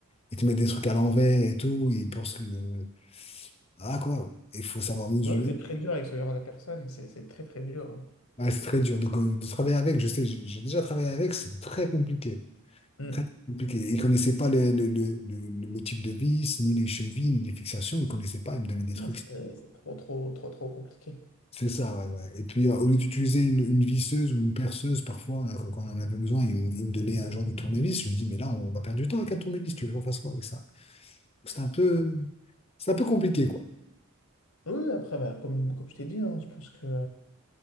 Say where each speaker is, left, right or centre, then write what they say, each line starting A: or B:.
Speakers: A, on the left (about 25°); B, on the left (about 75°).
A: ils te mettent des trucs à l'envers et tout, et ils pensent que, euh, ah quoi, il faut savoir mesurer.
B: C'est vrai que c'est très dur avec ce genre de personnes, c'est c'est très très dur.
A: Ouais, c'est très dur de, de travailler avec, je sais, j'ai j'ai déjà travaillé avec, c'était très compliqué,
B: Mm.
A: très très compliqué. Ils ne connaissaient pas le, le, le, le, le type de vis, ni les chevilles, ni les fixations, ils ne connaissaient pas, ils me donnaient des trucs.
B: Non, C'est euh, c'est trop trop trop trop compliqué.
A: C'est ça, ouais, ouais. Et puis, euh, au lieu d'utiliser une, une visseuse ou une perceuse, parfois, euh, quand on en avait besoin, il me, il me donnait un genre de tournevis. Je lui dis, mais là, on va perdre du temps avec un tournevis, tu veux qu'on fasse quoi avec ça? C'est un peu, c'est un peu compliqué, quoi.
B: Oui, oui, après, bah, comme, comme je t'ai dit, hein, je pense que